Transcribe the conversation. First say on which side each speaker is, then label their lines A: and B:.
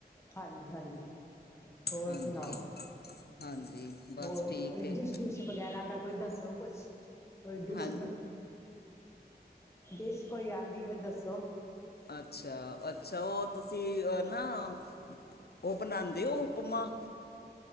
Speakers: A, on the left; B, on the left.
A: ਹਾਂਜੀ ਹਾਂਜੀ। ਹੋਰ
B: ਹਾਂਜੀ
A: ਸੁਣਾਓ।
B: ਹਾਂਜੀ ਬਸ
A: ਹੋਰ
B: ਠੀਕ
A: ਕੋਈ
B: ਹੈ
A: ਡਿਸ਼ ਡੂਸ਼? ਡਿਸ਼ ਵਗੈਰਾ ਦਾ ਕੋਈ ਦੱਸੋ ਕੁਛ। ਕੋਈ ਡਿਸ਼?
B: ਹਾਂ
A: ਡਿਸ਼ ਕੋਈ ਆਉਂਦੀ ਹੋਵੇ ਤੇ ਦੱਸੋ।
B: ਅੱਛਾ ਅੱਛਾ। ਉਹ ਤੁਸੀਂ ਉਹ ਨਾ। ਉਹ ਬਣਾਉਂਦੇ ਹੋ ਉਪਮਾ।